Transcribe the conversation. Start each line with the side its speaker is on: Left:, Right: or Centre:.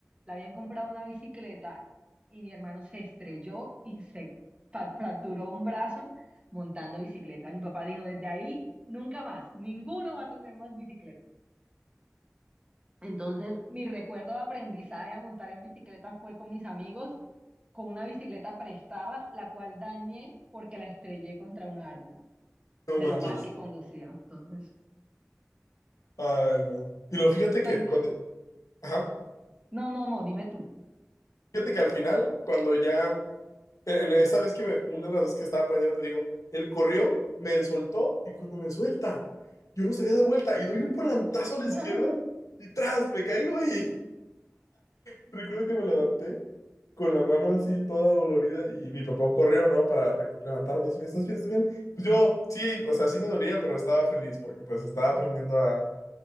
Right: le habían comprado una bicicleta y mi hermano se estrelló y se fa- fracturó un brazo montando bicicleta. Mi papá dijo, desde ahí nunca más, ninguno va a tener más bicicleta. Entonces, Mi recuerdo de aprendizaje a montar en bicicleta fue con mis amigos, con una bicicleta prestada, la cual dañé porque la estrellé contra un árbol,
Left: No
Right: de
Left: manches.
Right: lo mal que conducía. Entonces,
Left: Ay, no. Y lo fíjate
Right: soy...
Left: que cuando, ajá,
Right: No, no, no, dime tú.
Left: fíjate que al final, cuando ya, en en esa vez que me, una de las veces que estaba aprendiendo, te digo, él corrió, me soltó y cuando me suelta, yo no sabía dar vuelta y doy un volantazo a la izquierda
Right: <laughs>
Left: y tras, me caigo y Recuerdo que me levanté con la mano así toda dolorida y mi papá corrió, ¿no? Para reco- levantarme. y me, ¿estás bien? ¿Estás bien? Pues yo, sí, o sea, sí me dolía, pero estaba feliz porque pues estaba aprendiendo a...